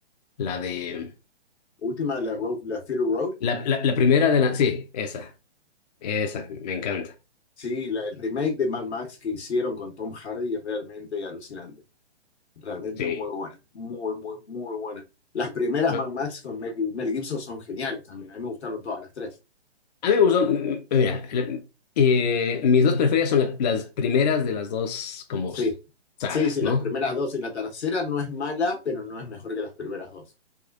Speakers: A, on the left (about 40°); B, on the left (about 80°).
A: la de.
B: Última de la, Road, la Fury Road,
A: La, la, la primera de la. Sí, esa. Esa, me encanta.
B: sí, la, el remake de Mad Max que hicieron con Tom Hardy es realmente alucinante. Realmente
A: Sí.
B: muy buena, muy, muy, muy buena. Las primeras
A: No,
B: Mad Max con Mel, Mel Gibson son geniales también. A mí me gustaron todas las tres.
A: A mí me gustó. mm, mm, Mira, le- eh, mis dos preferidas son la- las primeras de las dos, como
B: Sí,
A: sagas,
B: sí, sí, las
A: ¿no?
B: primeras dos y la tercera no es mala, pero no es mejor que las primeras dos.